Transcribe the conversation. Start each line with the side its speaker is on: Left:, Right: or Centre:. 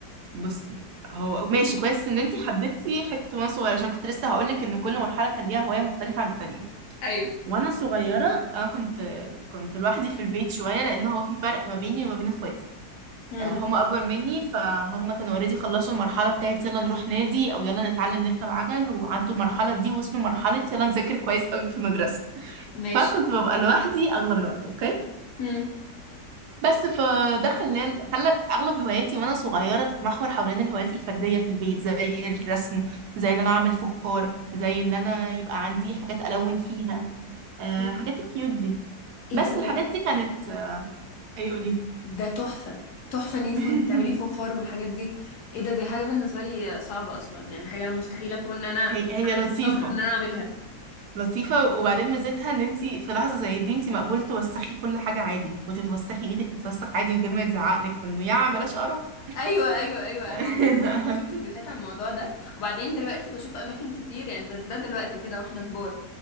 Right: بصي هو ماشي كويس ان انتي حددتي حتة وانا صغيرة عشان كنت لسه هقولك ان كل مرحلة كان ليها هواية مختلفة عن التانية
Left: ايوه
Right: وانا صغيره اه كنت كنت لوحدي في البيت شويه لان هو في فرق ما بيني وما بين اخواتي
Left: امم
Right: آه، هم اكبر مني فهم كانوا اوريدي خلصوا المرحله بتاعت يلا نروح نادي او يلا نتعلم نركب عجل وعدوا المرحله دي وصلوا مرحله يلا نذاكر كويس قوي في المدرسه
Left: ماشي
Right: فكنت ببقى لوحدي اغلب الوقت اوكي
Left: امم
Right: بس فده خلى خلى اغلب هواياتي وانا صغيره تتمحور حوالين الهوايات الفرديه في البيت زي الرسم زي ان انا اعمل فخار زي ان انا يبقى عندي حاجات الون فيها آه،
Left: إيه
Right: الحاجات الكيوت دي
Left: إيه
Right: بس
Left: ده ده
Right: الحاجات دي كانت اي قولي
Left: ده تحفة تحفة ان انت
Right: <laughs>
Left: كنت بتعملي فخار والحاجات دي ايه ده دي حاجة بالنسبة لي صعبة اصلا يعني حاجة انا مستحيل اكون ان انا
Right: هي هي
Left: عندي
Right: لطيفة
Left: الصبر ان انا اعملها
Right: لطيفة وبعدين ميزتها ان انت في لحظة زي دي انت مقبول توسخي كل حاجة عادي وتتوسخي ايدك تتوسخ عادي من غير ما يتزعقلك وانه يا بلاش قرف
Left: ايوه ايوه ايوه
Right: <laughs>
Left: انا عامة كنت بشوف فيديوهات عن الموضوع ده وبعدين دلوقتي بشوف اماكن كتير يعني بس ده دلوقتي كده واحنا كبار